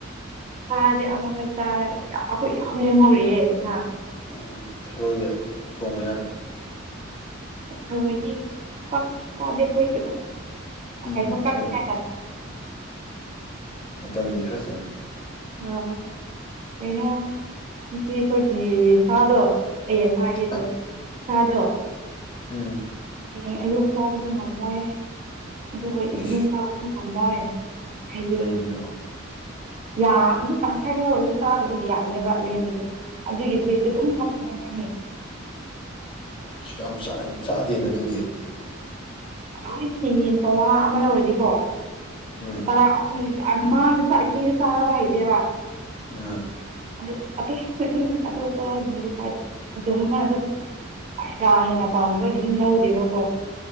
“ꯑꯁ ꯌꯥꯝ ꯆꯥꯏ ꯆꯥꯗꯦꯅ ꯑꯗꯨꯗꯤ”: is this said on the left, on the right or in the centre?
Left